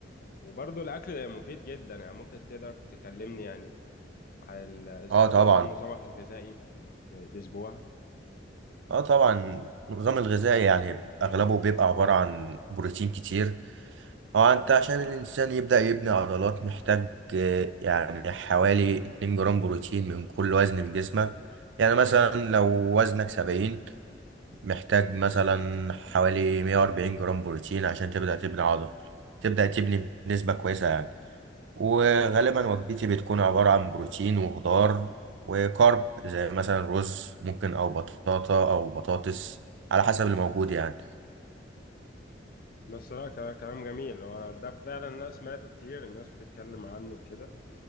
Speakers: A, on the left; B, on the right.
A: وبرضو الاكل مفيد جدا يعني ممكن تقدر تكلمني يعني على ال... ازاي
B: اه
A: بتنظم
B: طبعا
A: نظامك الغذائي في, في الاسبوع
B: اه طبعا النظام الغذائي يعني اغلبه بيبقى عبارة عن بروتين كتير هو انت عشان الانسان يبدأ يبني عضلات محتاج آه، يعني حوالي 2 جرام بروتين من كل وزن من جسمك يعني مثلا لو وزنك 70 محتاج مثلا حوالي 140 جرام بروتين عشان تبدأ تبني عضل تبدأ تبني بنسبة كويسة يعني وغالبا وجبتي بتكون عبارة عن بروتين وخضار وكارب زي مثلا رز ممكن أو بطاطا أو بطاطس على حسب اللي موجود يعني
A: بس لا ك- كلام جميل هو ده فعلا انا سمعته كتير الناس بتتكلم عنه كده